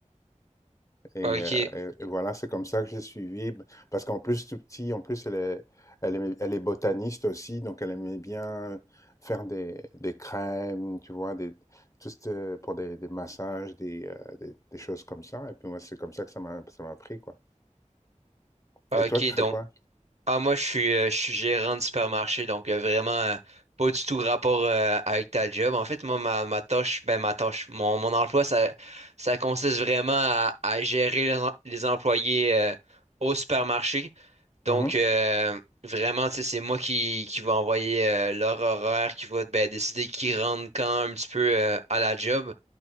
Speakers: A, on the left; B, on the right.
A: Et,
B: OK,
A: euh, et- et voilà, c'est comme ça que j'ai suivi. Parce qu'en plus, tout petit, en plus, elle est, elle aimait- elle est botaniste aussi, donc elle aimait bien faire des, des crèmes, tu vois, des, tout ce- pour des, des massages, des, euh, des, des choses comme ça. Et puis moi, c'est comme ça que ça m'a, ça m'a pris, quoi.
B: OK,
A: Et toi, tu fais Ok. quoi?
B: Ah, moi, je suis, euh, je suis gérant de supermarché, donc euh, vraiment euh, pas du tout rapport euh, avec ta job. En fait, moi, ma, ma tâche, ben ma tâche, mon, mon emploi, ça, ça consiste vraiment à, à gérer les, em- les employés euh, au supermarché. Donc,
A: Mhm.
B: euh, vraiment, tu sais, c'est moi qui, qui va envoyer euh, leur horaire, qui va ben, décider qui rentre quand un petit peu euh, à la job.